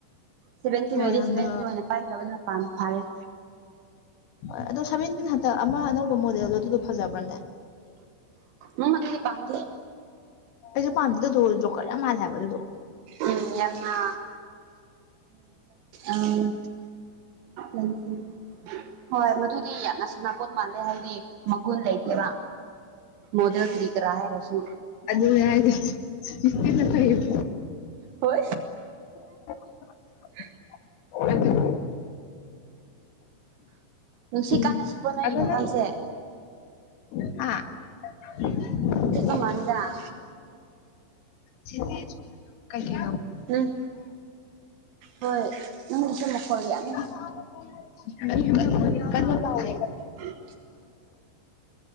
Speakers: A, on the right; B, on the left.
A: ꯁꯚꯦꯟꯇꯤꯟ
B: ꯍꯣꯏ
A: ꯑꯣꯏꯗꯤ
B: ꯌꯥꯝꯅ
A: ꯁꯚꯦꯟꯇꯤꯟ ꯑꯣꯏꯅ ꯄꯥꯏꯈ꯭ꯔꯕꯅ ꯄꯥꯝ ꯐꯥꯔꯦ
B: ꯍꯣꯏ ꯑꯗꯣ ꯁꯚꯦꯟꯇꯤꯟ ꯍꯟꯇꯛ ꯑꯃ ꯑꯅꯧꯕ ꯃꯣꯗꯦꯜ ꯑꯗꯨꯗꯣ ꯐꯖꯕ꯭ꯔꯅꯦ
A: ꯎꯝ ꯑꯗꯨꯗꯤ ꯄꯥꯝꯗꯦ
B: ꯑꯩꯁꯨ ꯄꯥꯝꯗꯦ ꯖꯣꯀꯔ ꯌꯥꯝ ꯃꯥꯜꯂꯦ ꯍꯥꯏꯕ ꯑꯗꯨꯗꯣ
A: ꯎꯝ ꯌꯥꯝꯅ ꯎꯝ ꯎꯝ ꯍꯣꯏ ꯃꯗꯨꯗꯤ ꯌꯥꯝꯅ ꯁꯅꯥꯄꯣꯠ ꯃꯥꯜꯂꯦ ꯍꯥꯏꯗꯤ ꯃꯒꯨꯟ ꯂꯩꯇꯦꯕ ꯃꯣꯗꯦꯜ ꯀꯔꯤ ꯀꯔꯥ ꯍꯥꯏꯔꯁꯨ
B: ꯑꯗꯨꯅꯦ ꯍꯥꯏꯁꯦ ꯁꯤꯀꯁꯇꯤꯟꯅ ꯐꯩꯕ
A: ꯍꯣꯏ
B: <unintelligible>
A: ꯍ
B: ꯍ
A: ꯅꯨꯡꯁꯤꯠ
B: ꯎꯝ
A: ꯀꯥꯟꯅ ꯁꯤꯠꯄ꯭ꯔꯣ ꯅꯣꯏꯒꯤ
B: ꯑꯗꯨꯗꯣ
A: ꯃꯐꯝꯁꯦ
B: ꯅꯝ <unintelligible> <unintelligible>
A: ꯃꯟꯗ
B: ꯆ ꯀꯩ
A: ꯎꯝ ꯍꯣꯏ ꯅꯪꯒꯤꯁꯨ ꯃꯈꯣ ꯌꯥꯅꯤ
B: ꯑ ꯀꯃ ꯂꯅꯦ
A: ꯎꯝ